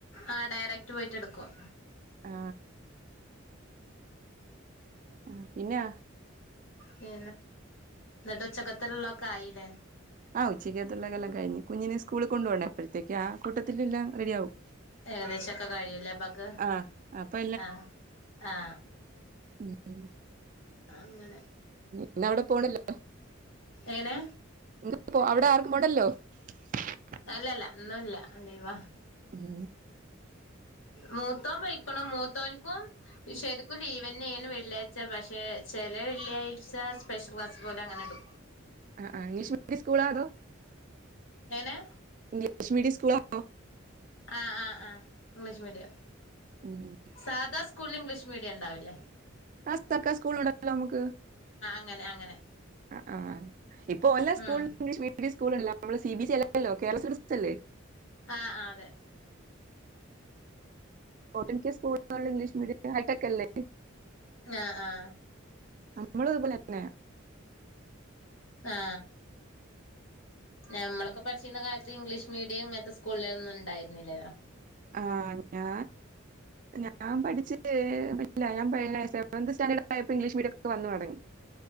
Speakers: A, on the left (about 70°); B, on the right (about 40°).
A: ആ ഡയറക്ട് പോയിട്ട് എടുക്കും
B: ആ
A: ഉ
B: ആ പിന്നാ
A: പിന്നെ എന്നിട്ട് ഉച്ചക്കത്തിള്ളൊക്കെ ആയിലെ
B: ആ ഉച്ചയ്ക്കത്തുള്ളതെല്ലാം കഴിഞ്ഞ് കുഞ്ഞിന് സ്സ്കൂളിൽ കൊണ്ടു പോവണ്ടേ അപ്പോഴത്തേക്ക് ആ കൂട്ടത്തിലല്ലാം റെഡിയാവും
A: ഏകദേഷോക്കെ കഴില്ലേപ്പക്
B: ആഹ് അപ്പൊ
A: അ ആ
B: ഉം
A: അങ്ങനെ
B: ഇന്ന് അവിടെ പോണ്ടല്ലോ
A: എങ്ങനെ
B: നി പോ അവിടെ ആർക്കും പോണ്ടല്ലോ <unintelligible>
A: അല്ലല്ല ഇന്നുല്ല ലീവാ
B: ഉം
A: മൂത്തോൻ പോയിക്കണ് മൂത്തോന്ക്കും ശരിക്കും ലീവ്ന്നെയാണ് വെള്ളിയാഴ്ച പക്ഷെ ചെല വെള്ളിയാഴ്ച സ്പെഷ്യൽ ക്ലാസ് പോലെ നടു
B: ആ ആ ഇംഗ്ലീഷ് മീഡിയം സ്കൂളാ അതോ
A: ഏങ്ങനെ
B: ഇംഗ്ലീഷ് മീഡിയം സ്കൂളാണെ
A: ആആആഇംഗ്ലീഷ് മീഡിയം
B: ഉം.
A: സാദാ സ്കൂളിൽ ഇംഗ്ലീഷ് മീഡിയ ഇണ്ടാവില്ലേ
B: അ സർക്കാ സ്കൂളിൽ ഉണ്ടല്ലോ നമുക്ക്
A: ങ്ങനെ അങ്ങനെ
B: ആ ആ ഇപ്പോ ഓലെ സ്കൂൾ
A: ഉം
B: ഇംഗ്ലീഷ് മീഡിയം സ്കൂൾ സ്കൂളല്ല നമ്മള് സി ബി സി അല്ലല്ലോ കേരള സിലബസ് അല്ലെ
A: ആ ആ അതെ
B: ഒട്ടുമിക്കെ സ്കൂളുകളിൽ ഇംഗ്ലീഷ് മീഡിയം ഹൈടെക് അല്ലേ
A: ആ ആ
B: നമ്മൾ ഇതുപോലെന്നെ
A: ആ ഞമ്മളൊക്കെ പഠിച്ചിരുന്ന കാലത്ത് ഇംഗ്ലീഷ് മീഡിയം ഇങ്ങനത്തെ സ്കൂളുകളിലതൊന്നും ഉണ്ടായിരുന്നില്ലല്ലോ.
B: ആ ഞാ ഞാൻ പഠിച്ച് ഏ ല്ലെ ഞാൻ സെവൺത്ത് സ്റ്റാൻഡേർഡ് ആയപ്പോ ഇംഗ്ലീഷ് മീഡിയം ഒക്കെ വന്നു തുടങ്ങി